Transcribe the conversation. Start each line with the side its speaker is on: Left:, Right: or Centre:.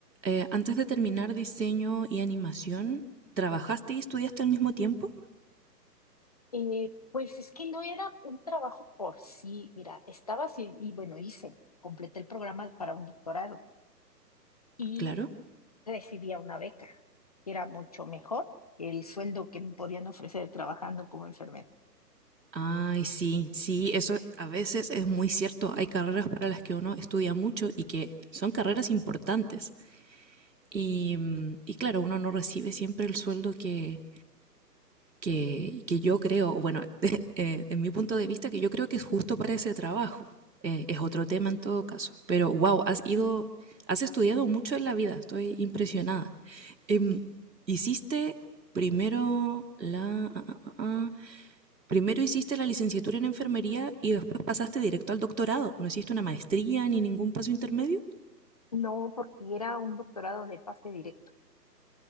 Right: eh, antes de terminar diseño y animación, ¿trabajaste y estudiaste al mismo tiempo?
Left: Eh, pues es que no era un trabajo por sí, mira, estaba así y bueno, hice, completé el programa para un doctorado y
Right: Claro.
Left: recibía una beca, que era mucho mejor que el sueldo que me podían ofrecer trabajando como enfermera.
Right: Ay, sí, sí, eso a veces es muy cierto. Hay carreras para las que uno estudia mucho y que son carreras importantes. Y, y claro, uno no recibe siempre el sueldo que, que, que yo creo, bueno, <laughs> eh, en mi punto de vista, que yo creo que es justo para ese trabajo. Eh, es otro tema en todo caso. Pero wow, has ido, has estudiado mucho en la vida, estoy impresionada. Em, hiciste primero la... ah, ah, ah, ah, Primero hiciste la licenciatura en enfermería y después pasaste directo al doctorado. ¿No hiciste una maestría ni ningún paso intermedio?
Left: No, porque era un doctorado de pase directo,